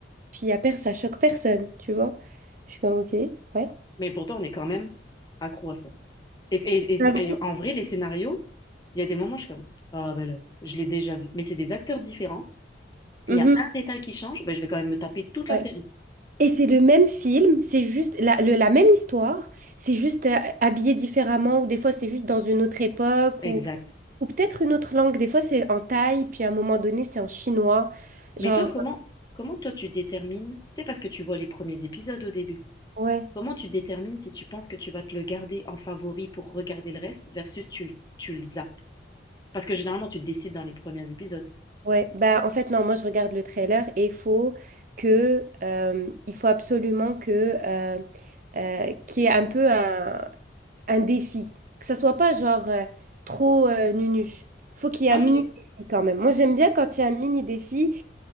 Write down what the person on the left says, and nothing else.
Mais pourtant, on est quand même accro à ça. Et, et- et c'est-
et en vrai, les scénarios, il y a des moments, je suis comme, ah ben là, je l'ai déjà vu. Mais c'est des acteurs différents.
Il y a un détail qui change, ben, je vais quand même me taper toute la
série.
Exact.
Mais
toi, comment, comment toi, tu détermines, tu sais, parce que tu vois les premiers épisodes au début,
comment tu détermines si tu penses que tu vas te le garder en favori pour regarder le reste versus tu, le- tu le zappes? Parce que généralement, tu te décides dans les premiers épisodes.
Ok,